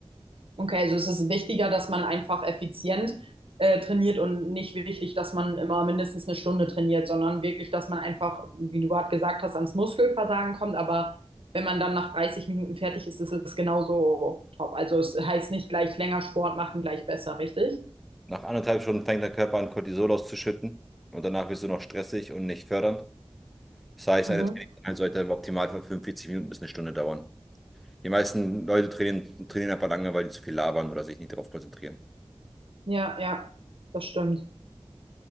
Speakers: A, on the right; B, in the centre.
A: Okay, also es ist wichtiger, dass man einfach effizient äh, trainiert und nicht wichtig, dass man immer mindestens eine Stunde trainiert, sondern wirklich, dass man einfach, wie du gerade gesagt hast, ans Muskelversagen kommt. Aber wenn man dann nach 30 Minuten fertig ist, ist es genauso top. Also es heißt nicht gleich länger Sport machen, gleich besser, richtig?
B: Nach anderthalb Stunden fängt der Körper an, Cortisol auszuschütten und danach wirst du noch stressig und nicht fördernd. Das heißt,
A: Mhm.
B: eine Trainingseinheit sollte im Optimalfall 45 Minuten bis eine Stunde dauern. Die meisten Leute trainieren, trainieren einfach lange, weil die zu viel labern oder sich nicht darauf konzentrieren.
A: Ja, ja, das stimmt.